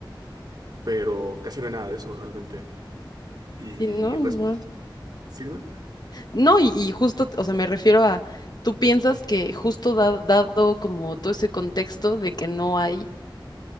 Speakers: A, on the right; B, on the left.
A: pero casi no hay nada de eso realmente. Y
B: Y no,
A: res-
B: no.
A: sí, dime,
B: No, y, y justo, o sea, me refiero a, tú piensas que justo da- dado como todo ese contexto de que no hay,